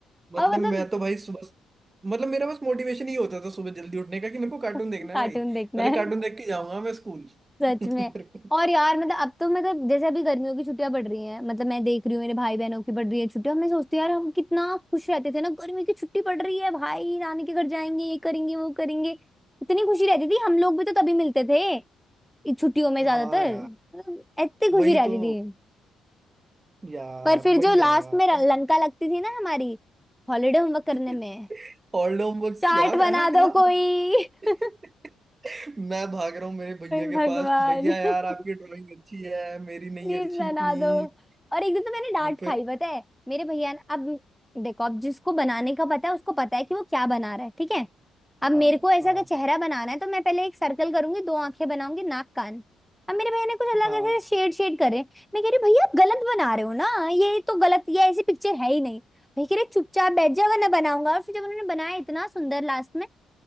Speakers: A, on the right; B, in the centre.
A: मतलब
B: और मतलब
A: मैं तो भाई सुबह मतलब मेरा बस मोटिवेशन ही होता था सुबह जल्दी उठने का कि मेरे को कार्टून
B: कार्टून
A: देखना है भाई
B: देखना
A: पहले कार्टून
B: है
A: देख के जाऊंगा मैं स्कूल
B: सच
A: <laughs> मेरे
B: में
A: को-
B: और यार मतलब अब तो मतलब जैसे अभी गर्मियों की छुट्टियां पड़ रही हैं मतलब मैं देख रही हूँ मेरे भाई बहनों की पड़ रही है छुट्टियां मैं सोचती हूँ यार हम कितना खुश रहते थे ना गर्मी की छुट्टी पड़ रही है भाई नानी के घर जाएंगे ये करेंगे वो करेंगे इतनी खुशी रहती थी हम लोग भी तो तभी मिलते थे इन छुट्टियों में ज्यादातर
A: हाँ यार
B: मतलब इतनी खुशी
A: वही
B: रहती
A: तो
B: थी
A: यार
B: पर फिर
A: वही
B: जो लास्ट
A: है ना
B: में र-
A: अब
B: लंका लगती थी ना हमारी हॉलीडे होमवर्क करने
A: <laughs>
B: में
A: ओल्ड होमवर्क
B: चाट
A: यार
B: बना
A: है ना कितना
B: दो कोई
A: <laughs>
B: <laughs>
A: मैं भाग रहा हूँ मेरे भैया
B: हे
A: के
B: भगवान
A: पास भैया
B: <laughs>
A: यार आपकी ड्राइंग अच्छी है मेरी नहीं
B: प्लीज
A: अच्छी
B: बना
A: प्लीज
B: दो और एक दिन तो मैंने डांट
A: फिर
B: खाई पता है मेरे भैया ने अब देखो अब जिसको बनाने का पता है उसको पता है कि वो क्या बना रहा है ठीक है अब मेरे
A: हाँ
B: को ऐसा
A: हाँ
B: अगर चेहरा बनाना है तो मैं पहले एक सर्कल करूंगी दो आंखें बनाऊंगी नाक कान अब मेरे भैया ने कुछ अलग
A: हाँ
B: ऐसे शेड शेड करे मैं कह रही भैया आप गलत बना रहे हो ना ये तो गलत ये ऐसी पिक्चर है ही नहीं भैया कह रहे चुपचाप बैठ जा वरना बनाऊंगा और फिर जब उन्होंने बनाया इतना सुंदर लास्ट में